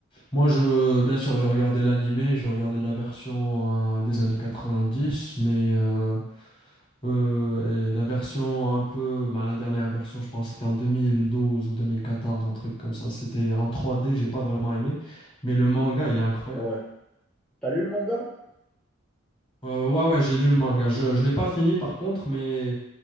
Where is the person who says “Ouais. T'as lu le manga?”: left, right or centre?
Centre